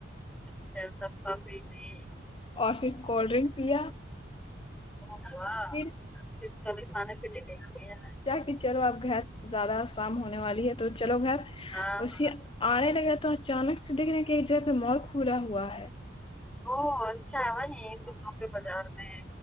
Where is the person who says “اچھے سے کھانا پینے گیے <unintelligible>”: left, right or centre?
Centre